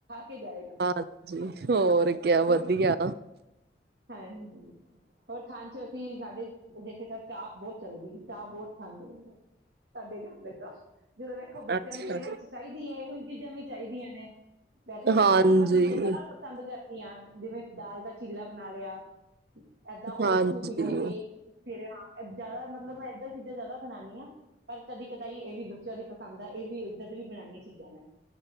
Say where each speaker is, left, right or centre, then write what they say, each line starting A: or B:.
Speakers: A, on the right (about 75°); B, on the right (about 60°).
A: ਕੇ ਜਾਏਗਾ
B: ਹਾਂਜੀ ਹੋਰ ਕਿਆ ਵਧੀਆ।
A: ਇਹ ਹਾਂਜੀ ਹੋਰ ਖਾਣ ਚ ਅਸੀਂ ਸਾਡੇ ਜਿਆਦਾਤਰ ਚਾਹ ਬਹੁਤ ਚੱਲਦੀ ਐ ਚਾਹ ਬਹੁਤ ਖਾਂਦੇ ਐ ਸਾਡੇ ਘਰ ਦੇ ਚਾਹ। ਜਦੋਂ ਵੇਖੋ ਬੱਚਿਆਂ
B: ਅੱਛਾ।
A: ਨੂੰ ਕਈ ਵਾਰ ਚਾਹੀਦੀ ਹੈ, ਇਹੋ ਜਹੀ ਚੀਜ਼ਾਂ ਵੀ ਚਾਹੀਦੀਆਂ ਨੇ। ਵੈਸੇ ਮੈਂ
B: ਹਾਂਜੀ,
A: ਡਾਈਟ ਵਾਲੀ ਚੀਜ਼ਾਂ ਜਿਆਦਾ ਪਸੰਦ ਕਰਦੀ ਆ। ਜਿਵੇਂ ਦਾਲ ਦਾ ਚੀਲਾ, ਬਣਾ ਲਿਆ। ਏਦਾਂ
B: ਹਾਂਜੀ।
A: ਓਟਸ ਨੂੰ ਭਿਗੋ ਕੇ ਫਿਰ ਹਾਂ ਜਿਆਦਾ ਮਤਲਬ ਐ ਐ ਚੀਜ਼ਾਂ ਜ਼ਿਆਦਾ ਬਨਾਨੀ ਆਂ ਪਰ ਕਦੀ ਕਦਾਈ ਇਹ ਵੀ ਬੱਚਿਆਂ ਦੀ ਪਸੰਦ ਆ ਇਹ ਵੀ ਇੱਦਾਂ ਦੀ ਵੀ ਬਣਾਨੀ ਚੀਜ਼ਾਂ ਮੈਂ